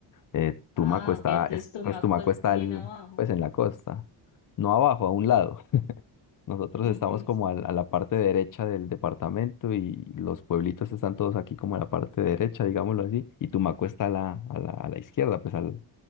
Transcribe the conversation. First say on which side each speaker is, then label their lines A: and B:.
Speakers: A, on the left (about 45°); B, on the left (about 75°).
A: Eh,
B: Ah,
A: Tumaco está,
B: ok, entonces
A: es-
B: Tumaco
A: pues Tumaco
B: es
A: está
B: bien
A: al-
B: abajo.
A: pues en la costa, no abajo, a un lado. Nosotros
B: Ujú.
A: estamos como al- a, la parte derecha del departamento y los pueblitos están todos aquí como en la parte derecha, digámoslo así, y Tumaco está a la, a la, a la izquierda, pues al,